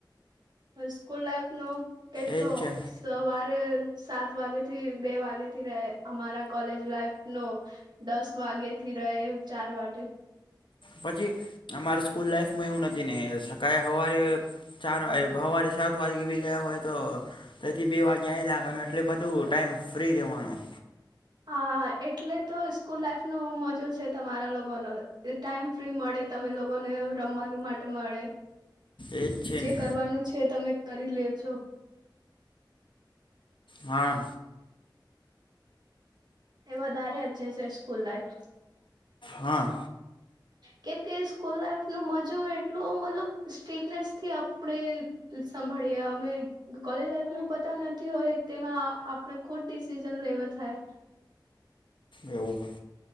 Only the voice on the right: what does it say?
સ્કૂલ લાઈફનો કેટલો
સવારે સાત વાગે થી બે વાગેથી રહે અમારા કોલેજ લાઈફનો દસ વાગે થી રહે ચાર વાટે
હા એટલે તો સ્કૂલ લાાઈફનુ મજો છે, તમારા લોકોનો એ ટાઈમ ફ્રી મળે તમે લોકોને રમવાનું માટે મળે.
જે
કરવાનું છે તમે કરી લે છો.
એ વધારે અચ્ચે છે સ્કૂલ લાઈફ.
કેમકે સ્કૂલ લાઈફ નું મજું એટલું મતલબ સ્ટ્રીકનેસ થી આપડે. સાંભાળીએ અમે કોલેજ લાઈફ નું. પતા નથી હોય તેમાં આપણે ખુદ ડિસિઝન લેવા થાય.